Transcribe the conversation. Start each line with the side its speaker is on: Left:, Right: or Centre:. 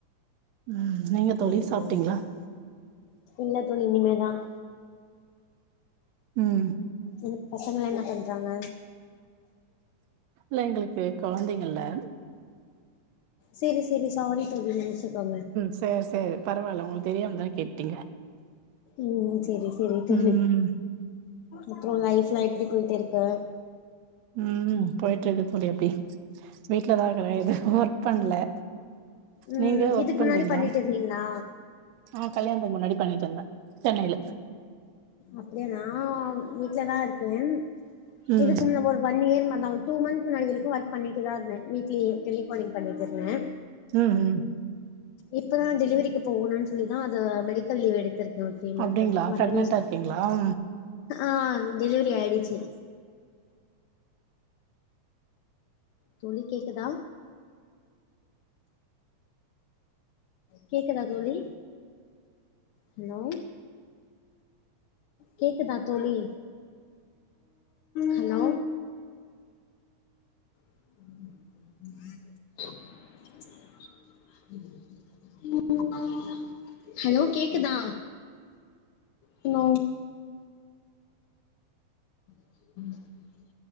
Right: உம் நீங்க
Left: சரி
Right: தோளி சாப்ட்டீங்ளா
Left: தோழி சரி இல்ல தோழி இனிமே தான்
Right: உம்
Left: எனக்கு பசங்க என்ன பண்றாங்க
Right: லங்க்கு என் கொழந்தைங்கலா
Left: செரி செரி சாரி தோழி மன்னிச்சுக்கோங்க
Right: சேர் சேரி பரவாயில்ல உங்களுக்கு தெரியாம தான கேட்டீங்க
Left: ம் ம் சரி சரி தோழி
Right: ம்
Left: அப்புறம் லைப் லை <unintelligible>
Right: உம் போயிட்டு இருக்கு தோழி எப்டி வீட்லதான் இருக்கறேன் எது ஒர்க் பண்ல
Left: ம்
Right: நீங்க ஒர்க்
Left: இதுக்கு முன்னாடி
Right: பண்றீங்ளா
Left: பண்ணிட்டு இருந்தீங்களா
Right: ஆஹ் கல்யாணத்துக்கு முன்னாடி பண்ணிட்ருந்தேன் சென்னை ல
Left: அப்படியானா ஆ வீட்ல தான் இருக்கேன்
Right: ம்
Left: இதுக்கு நம்ம ஒரு ஒன் இயர் நான் ஒரு டூ மந்த் முன்னாடி வரைக்கும் ஒர்க் பண்ணிட்டே தான் இருந்தேன் வீட்லயே டெலிகாலிங் பண்ணிட்டு இருந்தேன்
Right: உம்
Left: இப்பதான் டெலிவரிக்கு போகணும்னு சொல்லிதான் அத மெடிக்கல் லீவ் எடுத்து <unintelligible> த்ரீ மன்து
Right: அப்டிங்களா
Left: மறுபடியும்
Right: பிரெக்னன்டா
Left: ஸ்கேன்
Right: இருக்கீங்களா
Left: ஆன் டெலிவரி ஆயிடுச்சி தோழி கேக்குதா கேக்குதா தோழி ஹலோ கேக்குதா தோலி ஹலோ <unintelligible> ஹலோ கேக்குதா ஹலோ உம்